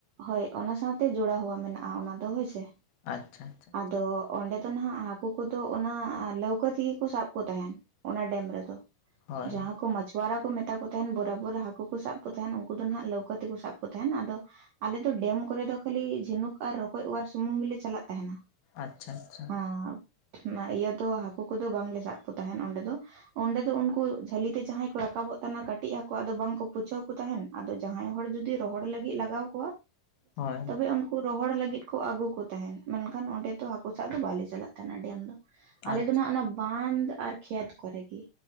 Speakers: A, on the right; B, on the left.
A: ᱦᱳᱭ ᱚᱱᱟ ᱥᱟᱶᱛᱮ ᱡᱚᱲᱟ ᱦᱩᱣᱟ ᱢᱮᱱᱟᱜᱼᱟ, ᱚᱱᱟ ᱫᱚ ᱦᱳᱭᱥᱮ᱾
B: ᱟᱪᱪᱷᱟ, ᱟᱪᱪᱷᱟ᱾
A: ᱟᱫᱚ ᱚᱸᱰᱮ ᱫᱚ ᱱᱟᱦᱟᱜ ᱦᱟᱹᱠᱳ ᱠᱚᱫᱚ, ᱚᱱᱟ ᱞᱟᱹᱣᱠᱟᱹ ᱛᱮᱜᱮ ᱠᱚ, ᱥᱟᱵᱠᱚ ᱛᱟᱦᱮᱱ᱾ ᱚᱱᱟ ᱰᱮᱢ ᱨᱮᱫᱚ,
B: ᱦᱳᱭ
A: ᱡᱟᱦᱟᱸ ᱠᱚ ᱢᱟᱪ ᱡᱚᱣᱟᱨᱟ ᱠᱚ ᱢᱮᱛᱟ ᱠᱚ ᱛᱟᱦᱮᱱ, ᱵᱚᱨᱟᱵᱚᱨ ᱦᱟᱹᱠᱳ ᱠᱚ ᱥᱟᱵ ᱠᱚ ᱛᱟᱦᱮᱱ, ᱩᱱᱠᱩ ᱫᱚ ᱦᱟᱸᱜ ᱞᱟᱹᱣᱠᱟᱹ ᱛᱮᱠᱚ ᱥᱟᱵ ᱠᱚ ᱛᱟᱦᱮᱱ᱾ ᱟᱫᱚ ᱟᱞᱮ ᱫᱚ ᱰᱮᱢ ᱠᱚᱨᱮ ᱫᱚ ᱠᱷᱟᱹᱞᱤ, ᱡᱷᱤᱱᱩᱠ ᱟᱨ ᱨᱚᱠᱚᱡ ᱚᱣᱟᱨ ᱥᱩᱢᱩᱝ ᱜᱮᱞᱮ ᱪᱟᱞ ᱪᱟᱞᱟᱜ ᱛᱟᱦᱮᱱᱟ᱾
B: ᱟᱪᱪᱷᱟ ᱟᱪᱪᱷᱟ
A: ᱟᱸ ᱚᱱᱟ ᱤᱭᱟᱹ ᱫᱚ ᱦᱟᱹᱠᱳ ᱠᱚᱫᱚ, ᱵᱟᱝᱞᱮ ᱥᱟᱵ ᱠᱚ ᱛᱟᱦᱮᱱ ᱚᱸᱰᱮ ᱫᱚ᱾ ᱚᱸᱰᱮ ᱫᱚ ᱩᱱᱠᱩ ᱡᱷᱟᱹᱞᱤᱛᱮ ᱡᱟᱦᱟᱸᱭ ᱠᱚ, ᱨᱟᱠᱟᱵᱚᱜ ᱠᱟᱱᱟ ᱠᱟᱹᱴᱤᱡ ᱦᱟᱹᱠᱩᱫᱚ ᱵᱟᱝᱠᱩ ᱯᱩᱪᱷᱟᱹᱣ ᱠᱚ ᱛᱟᱦᱮᱱ᱾ ᱟᱫᱚ ᱡᱟᱦᱟᱸᱭ ᱦᱚᱲ ᱡᱩᱫᱤ ᱨᱚᱦᱚᱲ ᱞᱟᱹᱜᱤᱫ ᱞᱟᱜᱟᱣ ᱠᱚᱣᱟ,
B: ᱦᱳᱭ
A: ᱛᱚᱵᱮ ᱩᱱᱠᱩ ᱨᱚᱦᱚᱲ ᱞᱟᱹᱜᱤᱫ ᱠᱚ ᱟᱹᱜᱩ ᱠᱚ᱾ ᱛᱟᱦᱮᱱ ᱢᱮᱱᱠᱷᱟᱱ ᱚᱸᱰᱮ ᱫᱚ ᱦᱟᱹᱠᱩ ᱥᱟᱵ ᱫᱚ ᱵᱟᱞᱮ ᱪᱟᱞᱟᱜ ᱛᱟᱦᱮᱱᱟ ᱰᱮᱢ ᱫᱚ ᱟᱞᱮ
B: ᱟᱪᱪᱷᱟ
A: ᱫᱚ ᱱᱟᱜ ᱚᱱᱟ ᱵᱟᱸᱫ ᱟᱨ ᱠᱷᱮᱛ ᱠᱚᱨᱮ ᱜᱮ